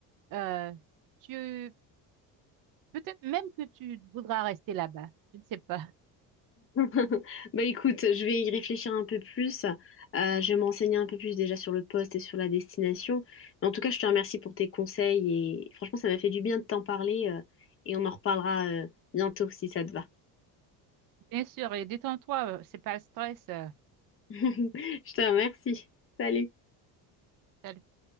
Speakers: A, on the right (about 55°); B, on the left (about 30°).
A: euh, tu peut-être même que tu voudras rester là-bas. Je ne sais pas.
B: <laughs> Bah écoute, je vais y réfléchir un peu plus. Euh, je vais m'enseigner un peu plus déjà sur le poste et sur la destination. Mais en tout cas, je te remercie pour tes conseils et franchement, ça m'a fait du bien de t'en parler euh, et on en reparlera euh, bientôt si ça te va.
A: Bien sûr, et détends-toi, euh, c'est pas le stress. euh,
B: <laughs> Je te remercie. Salut.
A: T'as le